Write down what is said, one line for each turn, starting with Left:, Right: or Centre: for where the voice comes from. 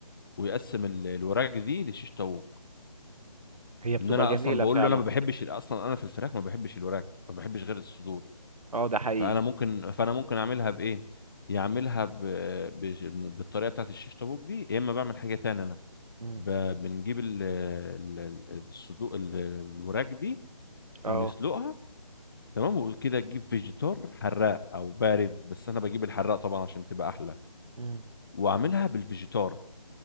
Left: ويقسم ال- الوراك دي لشيش طاووق
Right: هي بتبقى
Left: ان انا
Right: جميلة
Left: اصلا بقول
Right: فعلا
Left: له انا ما بحبش اصلا انا في الفراخ ما بحبش الوراك ما بحبش غير الصدور
Right: اه ده حقيقي
Left: فانا ممكن فانا ممكن اعملها بايه يعملها ب... بج- بالطريقه بتاعت الشيش طاووق دي يا اما بعمل حاجه تانية انا
Right: مم.
Left: ب... بنجيب ال... ال- ال- الصدور ال... الوراك دي
Right: اه
Left: ونسلقها تمام وكده تجيب فيجيتار حراق او بارد بس انا بجيب الحراق طبعا عشان تبقى احلى
Right: مم.
Left: واعملها بالفيجيتار